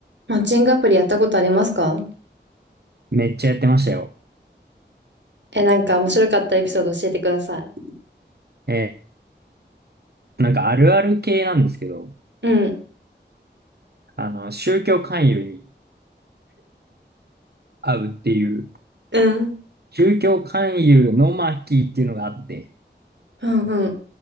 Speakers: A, on the right; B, on the right.
A: マッチングアプリやったことありますか
B: めっちゃやってましたよ。
A: え、なんか面白かったエピソード教えてください。
B: えーなんかあるある系なんですけど、
A: うん。
B: あの、宗教勧誘に会うっていう、
A: うん。
B: 宗教勧誘の巻っていうのがあって、
A: うん、うん、